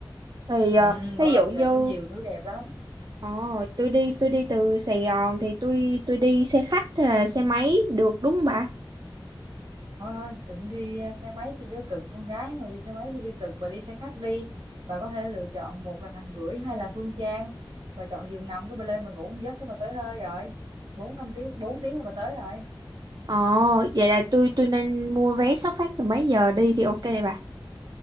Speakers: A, on the right; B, on the right.
A: Thì ờ,
B: ừ.
A: thí
B: Bảo Lộc
A: dụ
B: giờ
A: như
B: có nhiều thứ đẹp lắm
A: ờ, tôi đi tôi đi từ Sài Gòn thì tôi tôi đi xe khách hay là xe máy được đúng không bà?
B: thôi thôi đừng đi ờ, xe máy thì cho cực con gái mà đi xe máy thì cho cực bà đi xe khách đi bà có thể lựa chọn một là Thành Bưởi hay là Phương Trang bà chọn giường nằm cái bà lên bà ngủ một giấc cái bà tới nơi rồi bốn năm tiếng bốn tiếng là bà tới rồi
A: Ồ, vậy là tôi tôi nên mua vé xuất phát từ mấy giờ đi thì ok bà.